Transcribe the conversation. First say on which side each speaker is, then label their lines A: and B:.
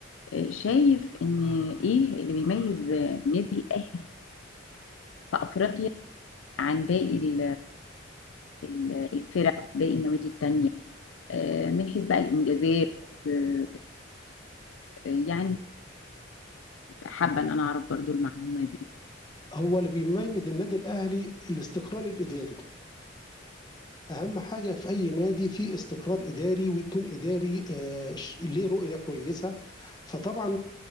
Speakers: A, on the left; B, on the left.
A: آه، شايف ان ايه اللي بيميز آه، نادي الاهلي في افريقيا عن باقي ال- الفرق باقي النوادي التانية آه، من حيث بقى الإنجازات آه، يعني حابة إن أنا أعرف برضو المعلومة دي
B: هو اللي بيميز النادي الاهلي الاستقرار الاداري اهم حاجه في اي نادي في استقرار اداري ويكون اداري آه، ش- ليه رؤيه كويسه فطبعا